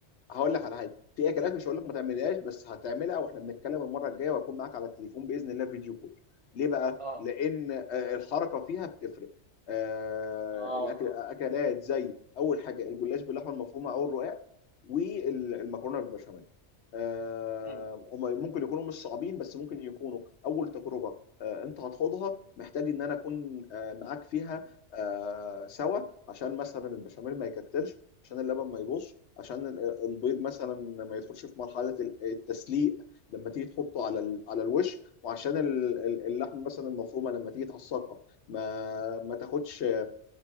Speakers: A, on the left; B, on the right.
A: هقول لك على حاجه في اكلات مش هقول لك ما تعملهاش بس هتعملها واحنا بنتكلم المره الجايه وهكون معاك على التليفون باذن الله فيديو كول ليه بقى
B: اه
A: لان آه، الحركه فيها بتفرق آه،
B: اه
A: الاكل
B: اه
A: اكلات زي اول حاجه الجلاش باللحمه المفرومه او الرقاق والمكرونه بالبشاميل آه،
B: مم.
A: هما ممكن يكونوا مش صعبين بس ممكن يكونوا اول تجربه آه، انت هتخوضها محتاج ان انا اكون آه، معاك فيها آه، سوا عشان مثلا البشاميل ما يكتلش عشان اللبن ما يبوظش عشان ال- البيض مثلا ما يدخلش في مرحله ال- التسليق لما تيجي تحطه على ال- على الوش وعشان ال- ال- اللحم مثلا المفرومه لما تيجي تعصقها ما ما تاخدش